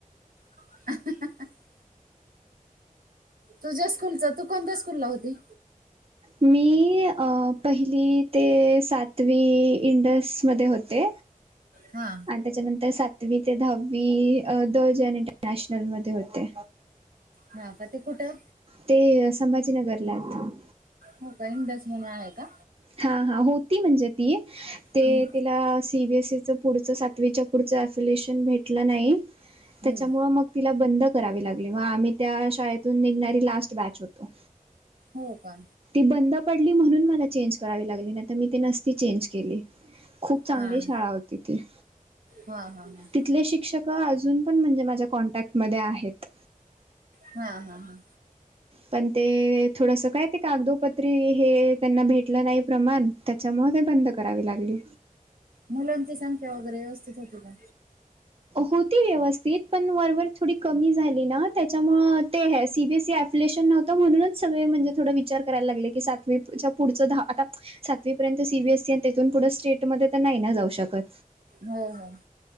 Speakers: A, on the right; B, on the right.
A: <unintelligible> तुझ्या स्कूलचं तू कोणत्या स्कूल ला होती?
B: मी पहिली ते सातवी इंडसमध्ये होते.
A: हा
B: आणि त्याच्यानंतर सात तवी ते दहावी द ज इंटरनॅशनल मध्ये होते.
A: हा का ते कुठं
B: ते संभाजीनगरला आहेत.
A: हो का इंडज म्हणून आहे का?
B: हा, हा. हो ती म्हणजे ती ते
A: हम्म
B: तिला सीबीएसईच पुढचं सातवीच्या पुढचं अस्युलेशन भेट टलं नाही
A: हम्म
B: त्याच्यामुळं मग तिला बंद करावे लागले मग आम्हीं त्या शाळेतून निघणारी लास्ट बॅच होतो.
A: हो का
B: ती बंद पडली म्हणून मला चेंज करावी लागली, नाही तर मी ते नसती चेंज केली. खूप चांगली
A: हां
B: शाळा होती ती.
A: हां हां हां
B: तिथले शिक्षक अजून पण म्हणजे माझ्या कॉन्टॅक्ट मध्ये आहेत.
A: हा. हा. हा...
B: पण ते थोडसं काय ते कागदोपत्री हे त्यांना भेटलं नाही प्रमाण त्याच्यामुळं ते बंद करावी लागली.
A: मुलांची संख्या वगैरे व्यवस्थित होती का?
B: होती व्यवस्थित पण वरवर थोडी कमी झाली ना, त्याच्यामुळं ते हे सीबीएसफ लेशन नव्हतं म्हणूनच सगळे म्हणजे थोडं विचार करायला लागले की सातवीच्या पुढं दहा आता सातवीपर्यंत सी बी एससी आणि तिथून पुढं स्टेट मध्ये तर नाही ना जाऊ शकत.
A: ह.. हां.